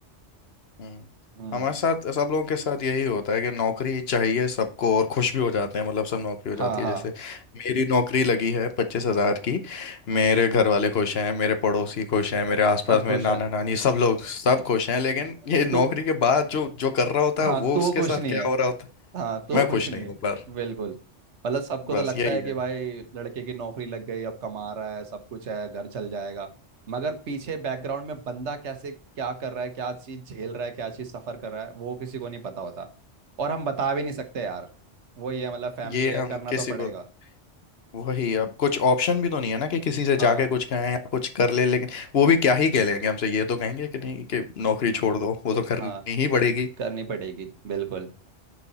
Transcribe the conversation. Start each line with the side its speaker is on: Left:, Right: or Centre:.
Left: हम्म।
Right: हम्म
Left: हमारे साथ सब लोगों के साथ यही होता है कि नौकरी चाहिए सबको और खुश भी हो जाते हैं मतलब सब नौकरी हो
Right: हाँ
Left: जाती
Right: हाँ
Left: है जैसे मेरी नौकरी लगी है पच्चीस हजार की मेरे घर वाले खुश हैं मेरे पड़ोसी खुश हैं मेरे आसपास
Right: सब
Left: मेरे
Right: खुश
Left: नाना
Right: है
Left: नानी सब लोग सब
Right: म-
Left: खुश हैं लेकिन
Right: म-
Left: ये नौकरी
Right: तू
Left: के बाद जो जो कर रहा होता
Right: हाँ
Left: है वो
Right: तू
Left: उसके
Right: खुश
Left: साथ
Right: नहीं
Left: क्या
Right: है
Left: हो रहा होता है
Right: हाँ तो
Left: मैं
Right: कुछ
Left: खुश
Right: नहीं
Left: नहीं हूँ पर
Right: बिल्कुल मतलब सबको
Left: बस
Right: तो लगता
Left: यही
Right: है कि
Left: है
Right: भाई लड़के की नौकरी लग गई अब कमा रहा है सब कुछ है घर चल जाएगा मगर पीछे बैकग्राउंड में बंदा कैसे क्या कर रहा है क्या चीज़ झेल रहा है क्या चीज़ सफ़र कर रहा है वो किसी को नहीं पता होता और हम बता भी नहीं सकते यार वो ये मतलब फैमिली
Left: ये
Right: है
Left: हम
Right: करना
Left: किसी
Right: तो पड़ेगा
Left: को वही अब कुछ ऑप्शन भी तो नहीं है ना कि किसी से
Right: हाँ
Left: जाके कुछ कहें या कुछ कर ले लेकिन वो भी क्या ही कह लेंगे हमसे ये तो कहेंगे कि नहीं कि नौकरी छोड़ दो वो तो करनी
Right: हाँ
Left: ही पड़ेगी
Right: करनी पड़ेगी बिल्कुल